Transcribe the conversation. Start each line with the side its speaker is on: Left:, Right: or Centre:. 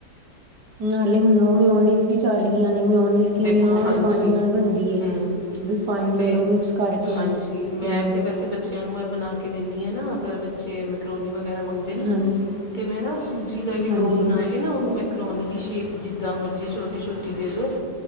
Right: ਨਾਲੇ ਹੁਣ ਉਹ ਮਿਓਨੀਜ਼ ਵੀ ਚੱਲ ਗਈ ਨੇ ਮਿਓਨੀਜ਼ ਕਿੰਨੀਆਂ
Left: ਦੇਖੋ ਹਾਂਜੀ
Right: ਰਿਫਾਈਡ ਨਾਲ ਬਣਦੀ ਏ।
Left: ਹੂੰ
Right: ਰਿਫਾਈਡ
Left: ਅਤੇ
Right: ਔਰ ਓਹ ਮਿਕਸ ਕਰਕੇ
Left: ਹਾਂਜੀ
Right: ਤੇ
Left: ਮੈਂ ਤਾਂ ਵੈਸੇ ਬੱਚਿਆਂ ਨੂੰ ਇਹ ਬਣਾ ਕੇ ਦਿੰਦੀ ਹਾਂ ਨਾ ਅਗਰ ਬੱਚੇ ਮੈਕਰੋਨੀ ਵਗੈਰਾ ਮੰਗਦੇ ਨੇ
Right: ਹਾਂ
Left: ਅਤੇ ਮੈਂ ਨਾ ਸੂਜੀ ਦਾ ਹੀ ਡੋਅ
Right: ਹਾਂਜੀ
Left: ਬਣਾ ਕੇ ਨਾ ਉਹਨੂੰ ਮੈਕਰੋਨੀ ਦੀ ਸ਼ੇਪ ਜਿੱਦਾਂ ਮਰਜ਼ੀ ਛੋਟੀ- ਛੋਟੀ ਦੇ ਦਿਉ।